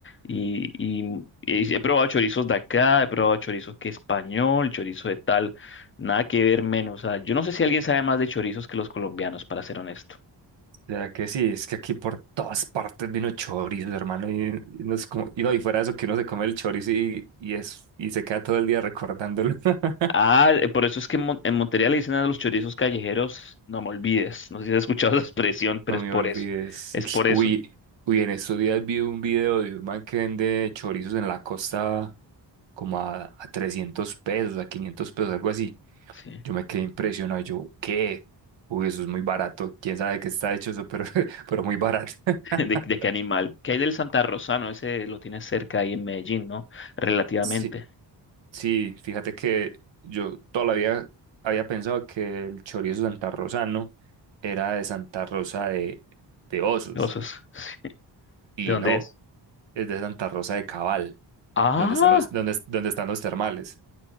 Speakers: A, on the left (about 25°); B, on the right (about 80°).
A: Y, y- y sí, he probado chorizos de acá, he probado chorizos que español, chorizo de tal. Nada que ver menos. O sea, yo no sé si alguien sabe más de chorizos que los colombianos, para ser honesto.
B: Ya que sí, es que aquí por todas partes vino chorizo, hermano. Y, y no es como, y no, y fuera de eso que uno se come el chorizo y, y es, y se queda todo el día recordándolo. <laughs>
A: Ah, eh, por eso es que en, Mon- en Montería le dicen a los chorizos callejeros, no me olvides. No sé si has escuchado <laughs> la expresión, pero
B: No
A: es
B: me
A: por
B: olvides.
A: eso.
B: sí.
A: Es por
B: Uy,
A: eso.
B: uy, en estos días vi un video de un man que vende chorizos en la costa como a, a 300 pesos, a 500 pesos, algo así.
A: Sí.
B: Yo me quedé impresionado. Yo, ¿qué? Uy, eso es muy barato. ¿Quién sabe de qué está hecho eso? Pero, <laughs> pero muy barato. <laughs>
A: <laughs> ¿De, de qué animal? ¿Qué hay del Santa Rosano? Ese lo tienes cerca ahí en Medellín, ¿no? Relativamente.
B: Sí, sí, fíjate que yo todavía había pensado que el chorizo santarrosano era de Santa Rosa de, de Osos.
A: Osos. <laughs>
B: Y
A: ¿De dónde
B: no,
A: es?
B: es de Santa Rosa de Cabal.
A: Ah,
B: donde están los, donde, donde están los termales.